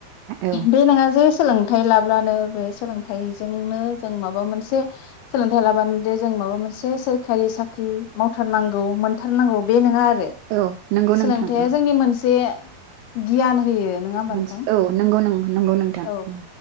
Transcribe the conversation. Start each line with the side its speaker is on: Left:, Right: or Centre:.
Right: औ
Left: बे नङा जेस सोलोंथाइ लाब्लानो बे सोलोंथाइजोंनो जों माबा मोनसे सोलोंथाइ लाबान दे जों माबा मोनसे सोरखारि साख्रि मावथारनांगौ मोनथारनांगौ बे नङा आर बे
Right: औ नंगौ
Left: सोलोंथाइया
Right: नोंथां औ
Left: जोंनि मोनसे गियान होयो। नङा होमबा
Right: मोनसे
Left: नोंथां
Right: औ नंगौ नों नंगौ नोंथां
Left: औ
Right: उम।